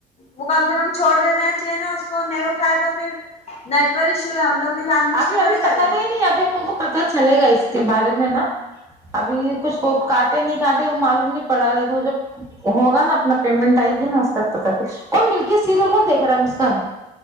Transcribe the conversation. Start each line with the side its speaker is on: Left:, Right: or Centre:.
Left: وہ کم سے کم چھوڑ دیتے ہیں چاہیے اس کو نہیں اٹھائے تو پھر نیٹ ور ایشو ہے ہم لوگ بھی جان بوجھ
Right: ابھی
Left: کے
Right: ابھی
Left: تھوڑی
Right: پتا
Left: کرے
Right: نہیں
Left: ہیں
Right: نہیں ابھی ابو کو پتہ چلے گا اس کے بارے میں نا ابھی کچھ کاٹے نہیں کاٹے وہ معلوم نہیں پڑا لیکن جب ہوگا نا اپنا پیمنٹ آئی یہ نا اس کا پتہ تھا کون ملکیت سیریل کون دیکھ رہا ہے مسکان